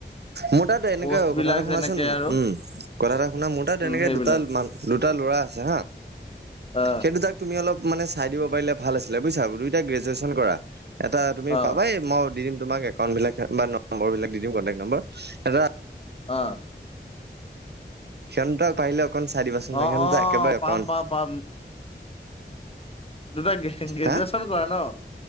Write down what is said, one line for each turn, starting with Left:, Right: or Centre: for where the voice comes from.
Right: মোৰ তাত এনেকা
Left: পষ্ট বিলাক
Right: কথা এটা শুনাচোন
Left: যেনেকে আৰু
Right: উম কথা এটা শুনা মোৰ তাত
Left: উম
Right: এনেকে
Left: সেইবিলাক
Right: দুটা দুটা ল'ৰা আছে হা
Left: অ
Right: সেইটো তাক তুমি অলপ মানে চাই দিব পাৰিলে ভাল আছিলে বুজিছা দুইটা গ্ৰেজুৱেচন কৰা এটা তুমি
Left: অ
Right: পাবাই মই দিম তোমাক একাউন্ট বিলাক বা নম্বৰ বিলাক দি দিম কণ্টেক্ট নম্বৰ এটা
Left: অ
Right: সিহঁতটা পাৰিলে অকণ চাই দিব চুন
Left: অ
Right: সিহঁত
Left: অ
Right: একেবাৰে
Left: পাম
Right: অকণ
Left: পাম পাম দুটা গ্ৰেজুৱেচন
Right: হা
Left: কৰা ন